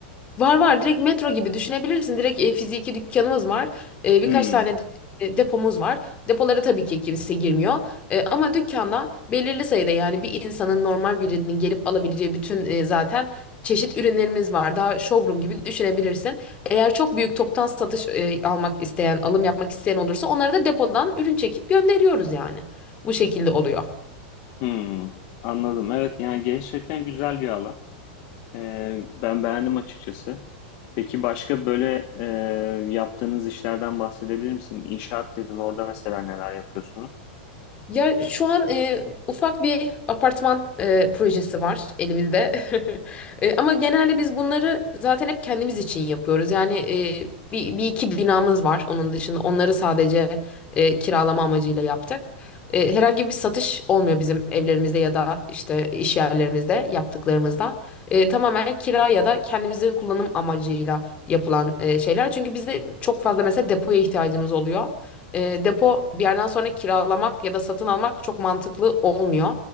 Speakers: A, on the left (about 20°); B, on the left (about 40°).
A: Var var direkt metro gibi düşünebilirsin. Direkt e, fiziki dükkanımız var. E, birkaç
B: Hmm,
A: tane de- e, depomuz var. Depolara tabii ki kimse girmiyor. E, ama dükkanda belirli sayıda yani bir insanın normal birinin gelip alabileceği bütün e, zaten çeşit ürünlerimiz var. Daha showroom gibi düşünebilirsin. Eğer çok büyük toptan satış e, almak isteyen, alım yapmak isteyen olursa onları da depodan ürün çekip gönderiyoruz yani. Bu şekilde oluyor.
B: hmm, anladım. Evet yani gerçekten güzel bir alan. E, ben beğendim açıkçası. Peki başka böyle e, yaptığınız işlerden bahsedebilir misin? İnşaat dedin orada mesela neler yapıyorsunuz?
A: Ya şu an e, ufak bir apartman e, projesi var elimizde. <laughs> E, ama genelde biz bunları zaten hep kendimiz için yapıyoruz. Yani e, bir, bir iki binamız var onun dışında. Onları sadece e, kiralama amacıyla yaptık. E, herhangi bir satış olmuyor bizim evlerimizde ya da işte iş yerlerimizde yaptıklarımızda. E, tamamen kira ya da kendimizin kullanım amacıyla yapılan e, şeyler. Çünkü bizde çok fazla mesela depoya ihtiyacımız oluyor. E, depo bir yerden sonra kiralamak ya da satın almak çok mantıklı olmuyor.